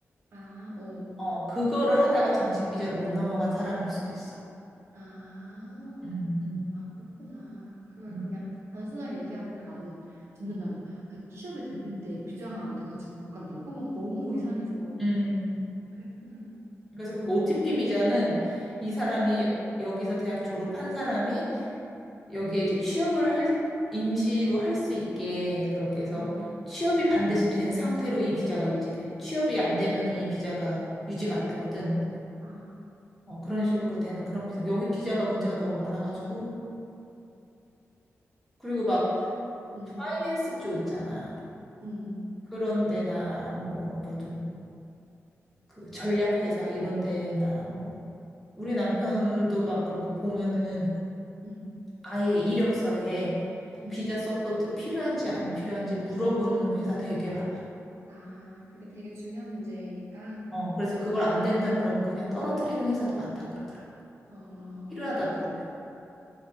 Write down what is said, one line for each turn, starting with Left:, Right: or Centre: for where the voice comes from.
Right: 아, 어,
Centre: 어, 그거를 하다가 정식 비자로 못 넘어간 사람일 수도 있어.
Right: 아,
Centre: 음, 음,
Right: 아, 그렇구나. 그걸
Centre: 음,
Right: 그냥 단순하게 얘기하니까 나는, 듣는
Centre: 음.
Right: 나는, 아니, 취업이 됐는데 비자가 안 돼가지고 못 간다고? 막 너무 이상해서.
Centre: 음.
Right: 그랬구나.
Centre: 그래서 그 OTP 비자는 이 사람이 여- 여기서 대학 졸업한 사람이 여기에 이제 취업을 할, 임시로 할 수 있게 그렇게 해서
Right: 음,
Centre: 취업이 반드시 된 상태로 이 비자가 유지돼. 취업이 안 되면 이 비자가 유지가 안 되거든.
Right: 아,
Centre: 어, 그런 식으로 되는 그런 비자. 여기 비자가 문제가 너무 많아가지고. 그리고 막
Right: 음,
Centre: 파이낸스 쪽 있잖아.
Right: 음,
Centre: 그런 데나 뭐, 그러니까 좀 그 전략회사 이런 데나 뭐. 우리 남편도 막 그런 거 보면은
Right: 음,
Centre: 아예 이력서에
Right: 음.
Centre: 비자 서포트 필요한지 안 필요한지 물어보는 회사 되게 많아.
Right: 아, 그게 되게 중요한 문제니까.
Centre: 어, 그래서 그걸 안 된다 그러면 그냥 떨어뜨리는 회사도 많다 그러더라고.
Right: 어,
Centre: 필요하다
Right: 그렇,
Centre: 그러면.